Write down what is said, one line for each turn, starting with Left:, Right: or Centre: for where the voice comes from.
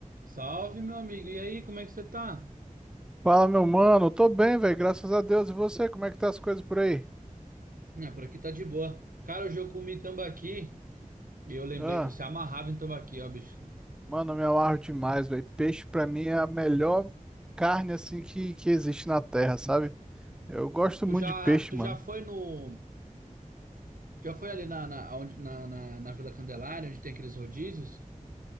Right: Salve, meu amigo. E aí, como é que você tá?
Centre: Fala, meu mano. Tô bem, velho. Graças a Deus. E você, como é que tá as coisas por aí?
Right: Ah, por aqui tá de boa. Cara, hoje eu comi tambaqui e eu lembrei
Centre: Ah,
Right: que tu se amarrava em tambaqui, ó, bicho.
Centre: mano, eu me amarro demais, velho. Peixe pra mim é a melhor carne assim que, que existe na terra, sabe? Eu gosto
Right: Tu
Centre: muito
Right: já,
Centre: de peixe,
Right: tu
Centre: mano.
Right: já foi no, já foi ali na, na, onde, na, na, na Vila Candelária, onde tem aqueles rodízios?